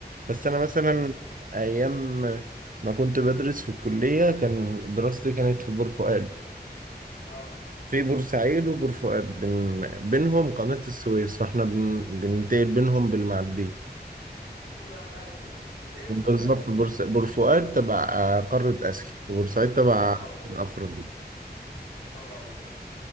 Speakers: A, on the right; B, on the left.
A: بس انا مثلا
B: اه دي ج-
A: ايام ما كنت بدرس في الكليه كان دراستي كانت في بور فؤاد
B: اه
A: في بورسعيد وبور فؤاد بين بينهم قناه السويس فاحنا بن... بننتقل بينهم بالمعديه
B: وتبقى في اسيا تنتقل
A: بالظبط
B: تبقى في اسيا
A: بورس... بور فؤاد تبع آه، قاره اسيا وبورسعيد تبع
B: واو
A: افريقيا
B: واو